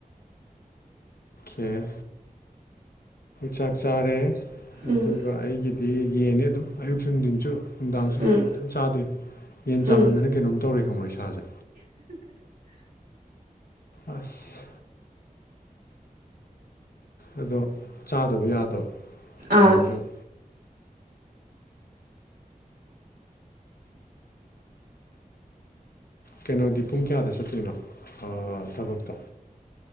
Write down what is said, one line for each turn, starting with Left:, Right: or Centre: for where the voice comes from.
Left: ꯑꯣꯦ ꯆꯥꯛ ꯆꯥꯔꯦ ꯑꯗꯨꯒ
Right: ꯎꯝ
Left: ꯑꯩꯒꯤꯗꯤ ꯌꯦꯟꯅꯦ ꯑꯗꯨꯝ ꯑꯌꯨꯛ ꯁꯨꯡꯁꯤꯟꯁꯨ ꯅꯨꯡꯗꯥꯡꯁꯨ
Right: ꯎꯝ
Left: ꯌꯦꯟ ꯑꯗꯨꯝ ꯆꯥꯗꯣꯏꯅꯤ ꯌꯦꯟ ꯆꯥꯃꯟꯗꯅ
Right: ꯎꯝ
Left: ꯀꯩꯅꯣꯝ ꯇꯧꯔꯦ ꯈꯪꯕꯣꯏ ꯏꯁꯥꯁꯦ ꯑꯁ ꯑꯗꯣ ꯆꯥꯗꯕ ꯌꯥꯗꯕ ꯌꯦꯟꯁꯨ
Right: ꯑꯥ
Left: ꯑꯗꯨꯨꯝ ꯀꯩꯅꯣꯗꯤ ꯄꯨꯡ ꯀꯌꯥꯗ ꯆꯠꯇꯣꯏꯅꯣ ꯊꯕꯛꯇꯣ